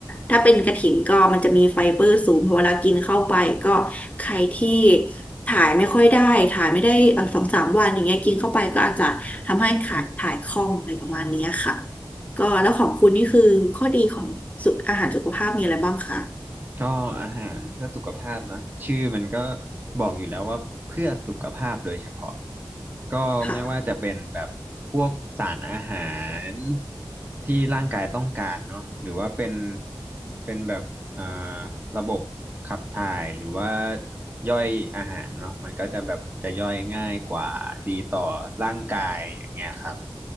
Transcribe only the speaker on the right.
ก็อาหารเพื่อสุขภาพนะชื่อมันก็บอกอยู่แล้วว่าเพื่อสุขภาพโดยเฉพาะก็ไม่ว่าจะเป็นแบบพวกสารอาหาร
ที่ร่างกายต้องการเนาะหรือว่าเป็นเป็นแบบอ่าระบบขับถ่ายหรือว่าย่อยอาหารเนาะมันก็จะแบบจะย่อยง่ายกว่าดีต่อร่างกายอย่างเงี้ยครับ